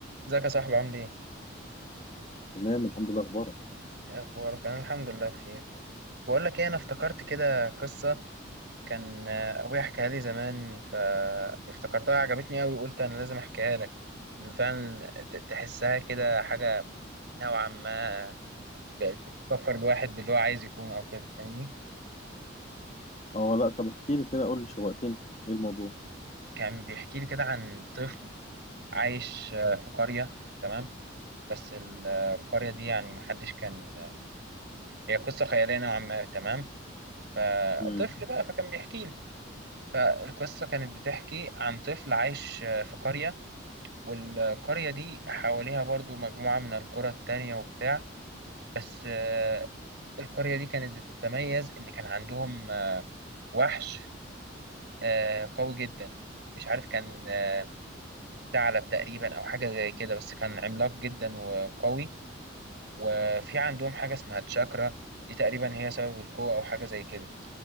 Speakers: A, on the right; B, on the left.
A: ازيك يا صاحبي عامل ايه
B: تمام الحمد لله اخبارك
A: إيه اخبارك انا الحمد لله بخير بقول لك ايه انا افتكرت كده قصه كان آه، ابويا حكاها لي زمان فافتكرتها عجبتني قوي وقلت انا لازم احكيها لك إن فعلا ت- تحسها كده حاجه نوعا ما بقت بتفكر الواحد باللي هو عايز يكون او كده فاهمني
B: اه لا طب احكي لي كده قول لي شوقتني ايه الموضوع
A: كان بيحكي لي كده عن طفل عايش آه، في قريه تمام بس القرية دي يعني محدش كان هي قصة خيالية نوعا ما تمام فطفل
B: امم
A: بقى فكان بيحكي لي فالقصة كانت بتحكي عن طفل عايش آه، في قرية والقرية دي حواليها برضو مجموعة من القرى التانية وبتاع بس آه، القرية دي كانت بتتميز إن كان عندهم آه، وحش آه، قوي جدا مش عارف كان آه، ثعلب تقريبا أو حاجة زي كده بس كان عملاق جدا وقوي وفي عندهم حاجة اسمها تشاكرا دي تقريبا هي سبب القوة أو حاجة زي كده